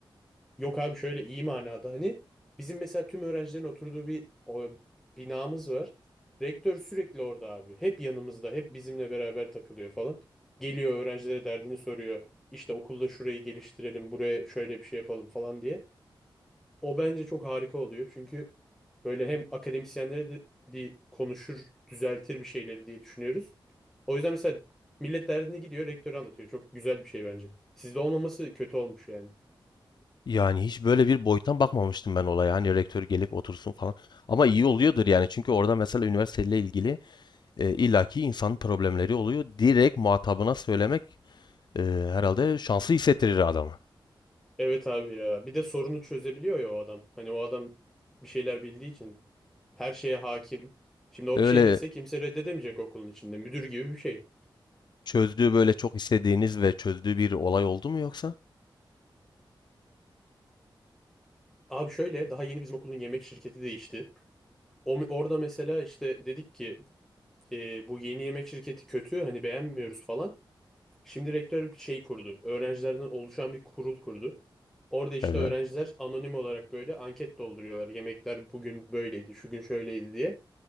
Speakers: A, in the centre; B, on the left (about 60°).
A: Yok abi şöyle iyi manada hani bizim mesela tüm öğrencilerin oturduğu bir o, binamız var. Rektör sürekli orada abi. Hep yanımızda, hep bizimle beraber takılıyor falan. Geliyor öğrencilere derdini soruyor. İşte okulda şurayı geliştirelim, buraya şöyle bir şey yapalım falan diye. O bence çok harika oluyor. Çünkü böyle hem akademisyenlere de bir konuşur, düzeltir bir şeyleri diye düşünüyoruz. O yüzden mesela millet derdini gidiyor, rektöre anlatıyor. Çok güzel bir şey bence. Sizde olmaması kötü olmuş yani.
B: Yani hiç böyle bir boyuttan bakmamıştım ben olaya. Hani rektör gelip otursun falan. Ama iyi oluyordur yani. Çünkü orada mesela üniversiteyle ilgili e, illaki insanın problemleri oluyor. Direkt muhatabına söylemek e, herhalde şanslı hissettirir adamı.
A: Evet abi ya. Bir de sorunu çözebiliyor ya o adam. Hani o adam bir şeyler bildiği için her şeye hakim. Şimdi o
B: Öyle
A: bir şey dese kimse reddedemeyecek okulun içinde. Müdür gibi bir şey.
B: çözdüğü böyle çok istediğiniz ve çözdüğü bir olay oldu mu yoksa?
A: Abi şöyle daha yeni bizim okulun yemek şirketi değişti. O, orada mesela işte dedik ki e, bu yeni yemek şirketi kötü hani beğenmiyoruz falan. Şimdi rektör bir şey kurdu. Öğrencilerden oluşan bir kurul kurdu. Orada işte
B: Evet.
A: öğrenciler anonim olarak böyle anket dolduruyorlar. Yemekler bugün böyleydi, şu gün şöyleydi diye.